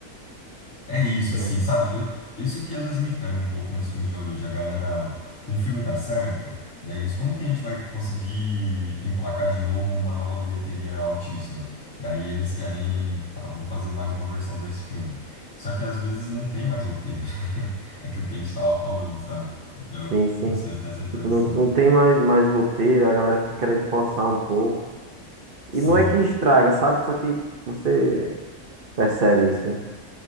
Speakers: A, on the left (about 60°); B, on the right (about 45°).
A: É isso,
B: É,
A: assim, sabe? Eu- isso que às vezes me pega um pouco nos filmes de Hollywood, a galera, um filme dá certo, daí eles, como que a gente vai conseguir emplacar de novo uma nova bilheteria altíssima? Daí eles querem, tá, vamos fazer mais uma versão desse filme. Só que às vezes não tem mais roteiro, <laughs> aquilo que a gente tava falando, sabe? Eu
B: sim, sim.
A: não sei, eu tenho essa impressão.
B: Tipo, não, não tem mais, mais roteiro, a galera fica querendo forçar um pouco.
A: Sim.
B: E não é que estraga, sabe? Só que você percebe isso, né?